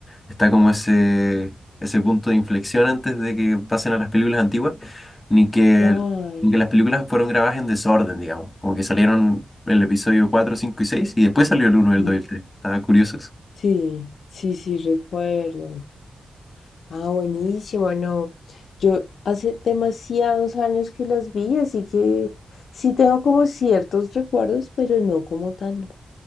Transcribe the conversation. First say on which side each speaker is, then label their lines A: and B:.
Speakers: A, on the left; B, on the left.
A: está como ese ese punto de inflexión antes de que pasen a las películas antiguas, ni que
B: claro.
A: ni que las películas fueron grabadas en desorden, digamos, como que salieron el episodio 4, 5 y 6 y después salió el uno, el
B: Mm,
A: 2 y el 3. Estaba curioso eso.
B: Sí, sí, sí, recuerdo. Ah, buenísimo, no. Yo hace demasiados años que las vi, así que sí tengo como ciertos recuerdos, pero no como tan,